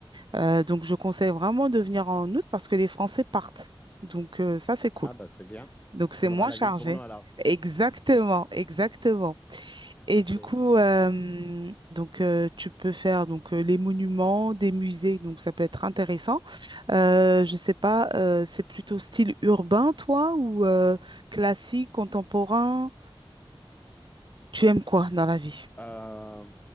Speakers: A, on the right; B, on the left.
A: Euh, donc, je conseille vraiment de venir en août parce que les Français partent. Donc, euh, ça, c'est cool.
B: Ah bah c'est bien.
A: Donc, c'est
B: On
A: moins
B: aura la
A: chargé.
B: ville pour nous alors.
A: Exactement, exactement. Et
B: Ok.
A: du coup, euh, donc euh, tu peux faire donc euh, les monuments, des musées, donc ça peut être intéressant. Euh, je sais pas, euh, c'est plutôt style urbain, toi, ou euh, classique, contemporain? Tu aimes quoi dans la vie?
B: Euh,